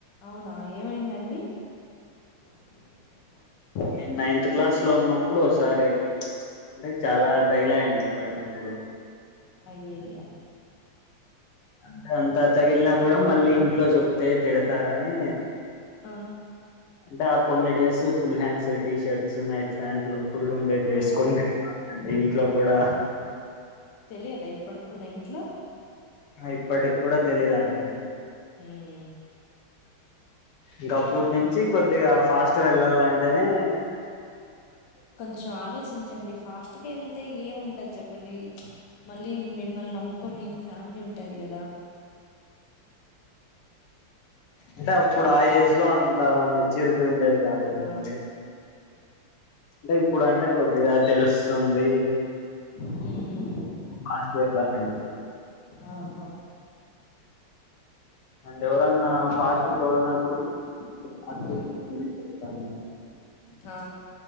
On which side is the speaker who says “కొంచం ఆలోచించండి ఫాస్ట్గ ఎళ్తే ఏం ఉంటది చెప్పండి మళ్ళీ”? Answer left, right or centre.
Left